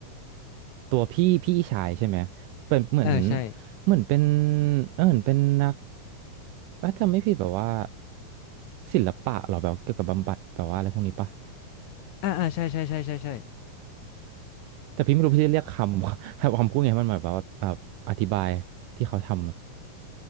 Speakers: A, on the right; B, on the left.
A: ตัวพี่พี่ชายใช่ไหมเป็นเหมือน
B: เออใช่
A: เหมือนเป็นเออเหมือนเป็นนักถ้าจำไม่ผิดแบบว่าศิลปะเหรอแบบเกี่ยวกับบำบัดแบบว่าอะไรพวกนี้ปะ
B: อ่าอ่าใช่ใช่ใช่ใช่ใช่
A: แต่พี่ไม่รู้พี่จะเรียกคำ <laughs> คำพูดไงมันหมายแบบว่าแบบอธิบายที่เขาทำ